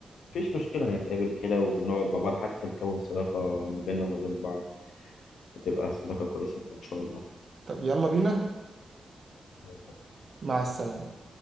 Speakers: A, on the left; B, on the right.
A: مشكله نتقابل كده ونقعد مع بعض حتى نكون صداقه ما بيننا وما بين بعض وتبقى صداقه كويسه كده ان شاء
B: طب يلا بينا
A: الله
B: مع السلامه